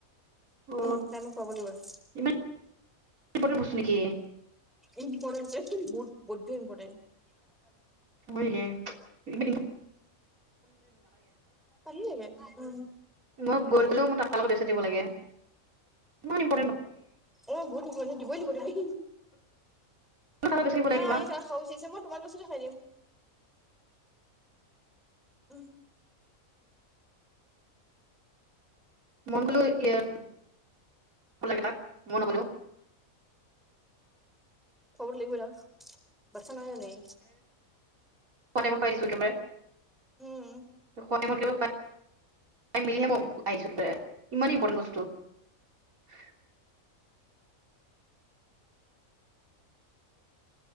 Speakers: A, on the right (about 80°); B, in the centre.
A: অ
B: উম, ত‌ই মোক খোৱাব লাগিব।
A: ইমান <unintelligible> বস্তু নিকি?
B: ইম্পৰ্টেট তোৰ, বহুত বৈদ ইম্পৰ্টেণ্ট।
A: হয় ৰে। এইবিলাক ইম্পৰ
B: পলিয়ে গে, উম।
A: মই গ'ল গ'লেও মই তাৰ লগত ব্যস্ত থাকিব লাগে ইমান ইম
B: অ', গনি গনি দিবই লাগিব তুমি।
A: তাৰ লগত ব্যস্ত থাকিব লাগে
B: নাই
A: কিবা
B: খা উচিছে, মই তোমাৰ পিছতে খাই দিম। উম।
A: মন গলো এইয়াত ভ লাগে তাত, ময়ো নগলো।
B: খোৱাবটো লাগিব না, বাচ্ছা নহয় জানো ই।
A: খোৱাতে মই খাই দিছো একেবাৰে,
B: উম
A: খোৱাতে মোক খাই মেলিহে মই আহিছোঁ যে, ইমানেই ইম্পৰ্টেণ্ট বস্তুটো। <unintelligible>